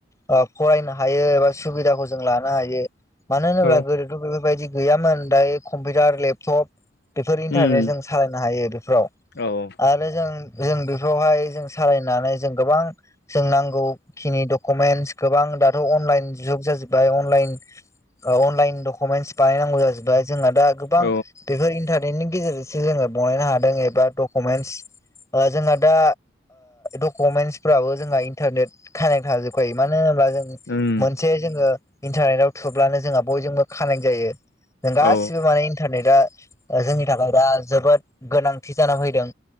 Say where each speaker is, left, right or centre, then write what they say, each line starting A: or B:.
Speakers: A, on the left; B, on the left.
A: ओ फरायनो हायो एबा सुबिदाखौ जों लानो हायो मानो
B: औ
A: होनोब्ला गोदो बेफोरबायदि गैयामोन दायो कम्पिउटार लेपटप बेफोरनि थाखायनो
B: उम
A: जों सालायनो हायो बेफोराव।
B: औ।
A: आरो जों जों बेफोरावहाय जों सालायनानै जों गोबां जों नांगौखिनि डकुमेन्स गोबां दाथ' अनलाइन जुग जाजोब्बाय अनलाइन अनलाइन डकुमेन्टस बानायनांगौ जाजोबबाय जोंना दा गोबां
B: औ
A: बेफोर इन्टारनेटनि गेजेरजोंसो जोङो बनायनो हादों एबा डकुमेन्टस जोंहा दा डकुमेन्टसफोराबो जोंहा इन्टारनेट कानेक्ट थाजोबखायो। मानो होनोब्ला जों
B: ओं।
A: मोनसे जोङो इन्टारनेटाव थुब्लानो जोंहा बयजोंबो कानेक्ट जायो। जों गासिबो
B: औ
A: माने इन्टारनेटआ जोंनि थाखाय दा जोबोद गोनांथि जाना फैदों,